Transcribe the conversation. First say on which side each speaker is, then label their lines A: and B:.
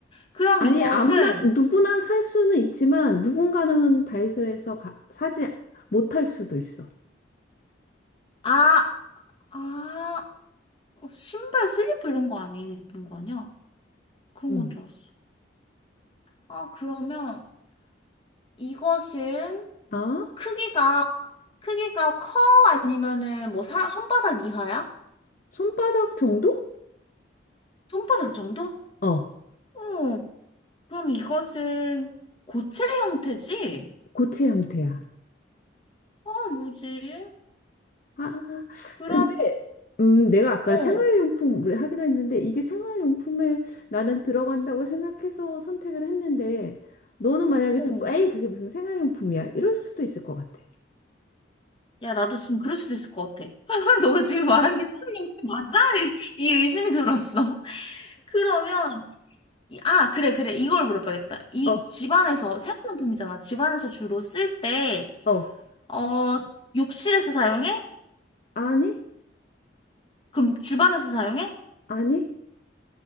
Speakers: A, on the left; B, on the left.
A: 그럼
B: 아니,
A: 이것은
B: 아무나, 누구나 살 수는 있지만 누군가는 다이소에서 가- 사지 못할 수도 있어.
A: 아, 아, 어, 신발, 슬리퍼 이런 거 아니는 거 아니야? 그런
B: 음.
A: 건 줄 알았어. 아, 그러면 이것은
B: 아?
A: 크기가 크기가 커 아니면은 뭐 사, 손바닥 이하야?
B: 손바닥 정도?
A: 손바닥 정도?
B: 어.
A: 어, 그럼 이것은 고체 형태지?
B: 고체 형태야.
A: 아, 뭐지?
B: 아,
A: 그러면,
B: 근데 음, 내가 아까
A: 어,
B: 생활용품 우리 하기로 했는데 이게 생활용품에 나는 들어간다고 생각해서 선택을 했는데 너는 만약에
A: 어.
B: 듣고 에이 그게 무슨 생활용품이야 이럴 수도 있을 것 같아.
A: 야, 나도 지금 그럴 수도 있을 것 같아. <laughs> 너가 지금 말한 게 사람 형태 맞아? <laughs> 이 의심이 들었어. <laughs> 그러면, 이- 아, 그래, 그래. 이걸 물어봐야겠다. 이
B: 어,
A: 집안에서, 생활용품이잖아. 집안에서 주로 쓸 때,
B: 어,
A: 어, 욕실에서 사용해?
B: 아니,
A: 그럼 주방에서 사용해?
B: 아니,